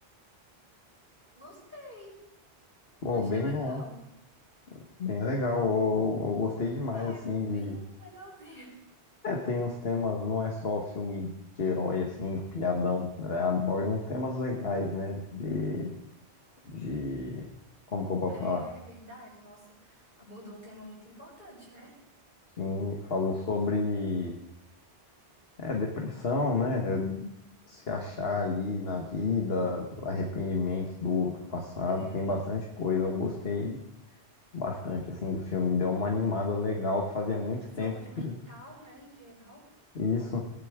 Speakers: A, on the left (about 50°); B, on the left (about 65°).
A: Gostei,
B: Pô,
A: achei
B: bem
A: legal.
B: bom, bem legal. Eu, eu gostei demais,
A: É,
B: assim,
A: bem
B: de.
A: legalzinho. <laughs>
B: É, tem uns temas, não é só filme de herói, assim, piadão. né? aborda uns temas legais, né? De, de. Como que eu posso
A: É
B: falar?
A: verdade, nossa, abordou um tema muito importante, né?
B: Sim, falou sobre É, depressão, né? Se achar ali na vida, arrependimento do, do passado,
A: É
B: tem bastante coisa. Eu gostei bastante, assim, do filme. Deu uma animada legal, que fazia muito
A: a saúde
B: tempo que
A: mental, né, em geral.
B: isso.